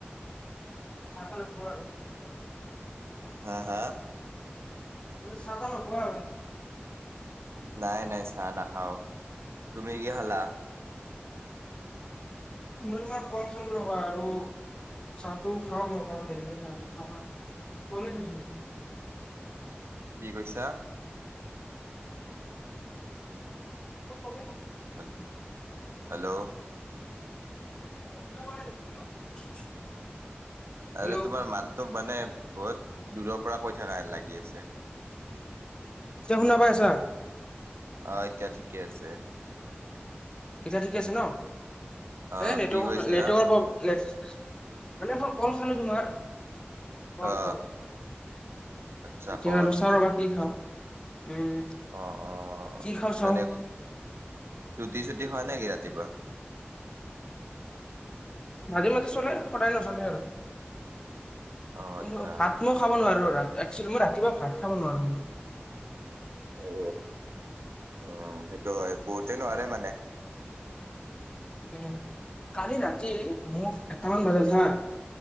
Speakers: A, on the left (about 20°); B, on the right (about 90°).
A: <unintelligible>
B: হা হা।
A: চাহ তা নোপোৱা।
B: নাই নাই চাহ নাখাও তুমি কি খালা।
A: মই তোমাৰ কল খালো ৰ'বা আৰু অ, চাহটো খাওঁ মই অকণমান দেৰিকে খাইছো কলে থৈছো।
B: কি কৈছা।
A: <unintelligible>
B: হেল হেল্ল',
A: <unintelligible> হেল্ল'
B: আৰু তোমাৰ মাততো মানে বহুত দূৰ পৰা কৈ থাকা হেন লাগি আছে।
A: এতিয়া শুনা পাই আছা।
B: অ এতিয়া ঠিকে আছে।
A: এতিয়া ঠিক আছে ন
B: অ
A: নেটৰ
B: কি কৈছিলা
A: নেটৱৰ্কৰ। মানে মই কল খালো তোমাৰ। কল
B: অ
A: কল
B: আচ্ছা
A: এতিয়া
B: কল
A: ৰচা বাকী খাওঁ উম।
B: অ অ
A: কি খাওঁ চাওঁ
B: মানে ৰুটি চুটি হয় নে কি ৰাতিপুৱা।
A: মাজে মাজে চলে সদায় নচলে আৰু
B: অ
A: কোন
B: আচ্ছা
A: ভাত। মই খাব নোৱাৰো ৰা একচুৱেলি মই ৰাতিপুৱা ভাত খাব নোৱাৰো আৰু
B: অ উম সেইটো হয় বহুতে নোৱাৰে মানে।
A: উম কালি ৰাতি মোক এটামান বজাত হা,